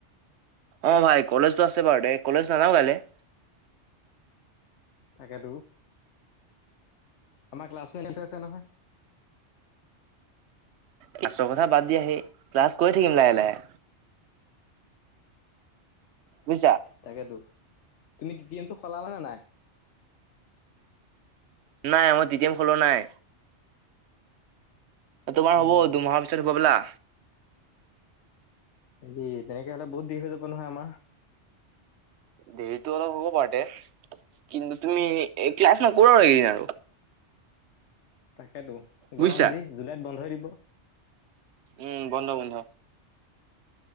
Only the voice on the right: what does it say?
অ ভাই কলেজতো আছে বাৰু দে কলেজ নাযাও কাইলে।
ক্লাছৰ কথা বাদ দিয় আহি ক্লাছ কৰি থাকিম লাহে লাহে। বুজিছা?
নাই মই <unintelligible> খল নাই তোমাৰ হ'ব
দুমাহৰ পিছত হব বলা।
দেৰিতটো অলপ হব পতে কিন্তু- তুমি ক্লছ ন- <unintelligible>
বুজিছা
উম বন্ধ বন্ধ।